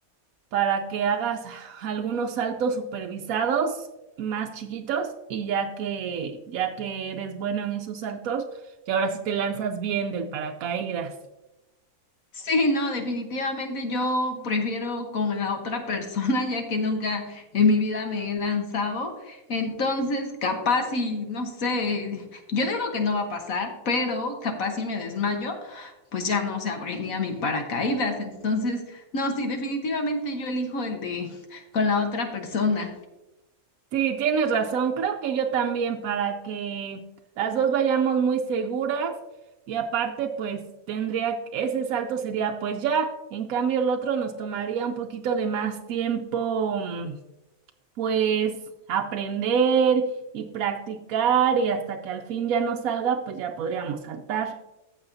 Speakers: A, on the right; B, on the left.
A: para que hagas algunos saltos supervisados más chiquitos y ya que ya que eres bueno en esos saltos, y ahora sí te lanzas bien del paracaídas.
B: Sí, no, definitivamente yo prefiero con la otra persona, <laughs> ya que nunca en mi vida me he lanzado. Entonces, capaz y no sé, yo digo que no va a pasar, pero capaz si me desmayo, pues ya no se abriría mi paracaídas. Entonces, no, sí, definitivamente yo elijo el de con la otra persona.
A: Sí, tienes razón. Creo que yo también para que las dos vayamos muy seguras y aparte pues tendría, ese salto sería pues ya, en cambio el otro nos tomaría un poquito de más tiempo mm, pues aprender y practicar y hasta que al fin ya nos salga pues ya podríamos saltar.